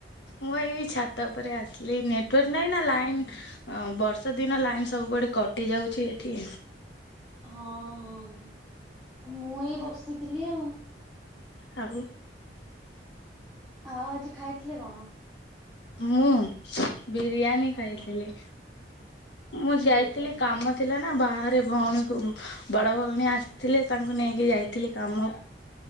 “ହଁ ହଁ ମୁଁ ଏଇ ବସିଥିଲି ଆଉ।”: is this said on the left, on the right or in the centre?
Centre